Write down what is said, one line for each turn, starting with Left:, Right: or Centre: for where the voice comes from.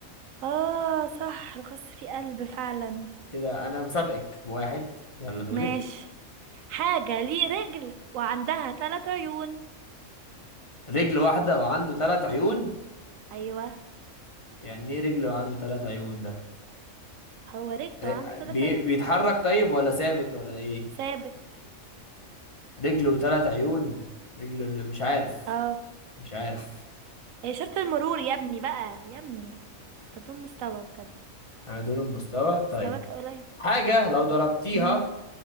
Right: اه صح الخس فيه قلب فعلا
Left: كده أنا مسابقك بواحد يلا دورك
Right: ماشي حاجة ليه رجل وعندها ثلاث عيون
Left: رجل واحدة وعنده ثلاث عيون
Right: ايوه
Left: يعني ايه رجل وعنده ثلاث عيون ده
Right: هو رجل
Left: إيه،
Right: وعنده ثلاث
Left: بي...
Right: عيون
Left: بيتحرك طيب ولا ثابت ولا ايه
Right: ثابت
Left: رجل وثلاث عيون رجل مش عارف
Right: اه
Left: مش عارف
Right: اشارة المرور يا ابني بقى يا ابني انت دون مستوى بجد
Left: انا دول المستوى طيب
Right: مستواك قليل
Left: حاجة لو ضربتيها
Right: مم.